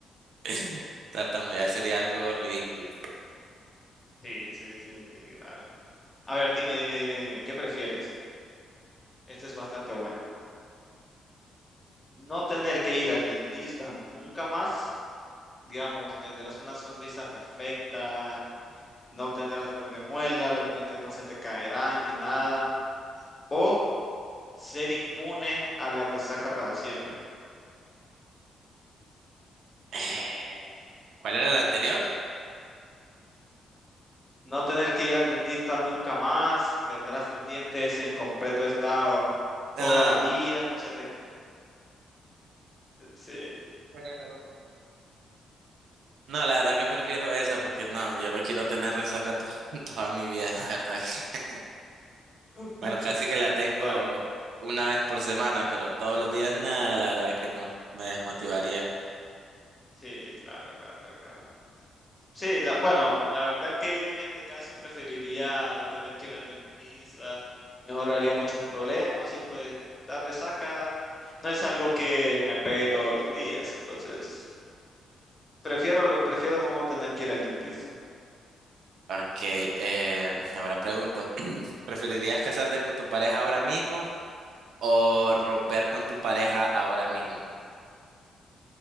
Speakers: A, on the right; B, on the left.
A: <laughs> Tartamudear sería algo ridículo.
B: sí, sí, sí, sí, claro. A ver, dime, dime, dime, dime, ¿qué prefieres? Esta es bastante buena. No tener que ir al dentista nunca más, digamos, tendrás una sonrisa perfecta no tendrás dolor de muela, los dientes no se te caerán ni nada. O ser inmune a la resaca para siempre.
A: Eh, ¿cuál era la anterior?
B: No tener que ir al dentista nunca más, tendrás tus dientes en completo estado
A: Ah,
B: toda la vida, no se te... Sí. <clears throat>
A: eh, no, la verdad que prefiero esa porque no, yo no quiero tener resaca to- <laughs> toda mi vida, la verdad que.
B: <laughs>
A: Bueno, casi que la tengo
B: Bueno,
A: una vez por semana, pero todos los días nada, la verdad que no, me desmotivaría.
B: sí, claro, claro, claro. Sí, la, bueno, la verdad que yo en este caso preferiría no tener que ir al dentista, me ahorraría muchos problemas y pues la resaca no es algo que me pegue todos los días, entonces prefiero, lo- prefiero no tener que ir al dentista.
A: Ok, eh, ahora pregunto, <clears throat> ¿preferirías casarte con tu pareja ahora mismo o romper con tu pareja ahora mismo?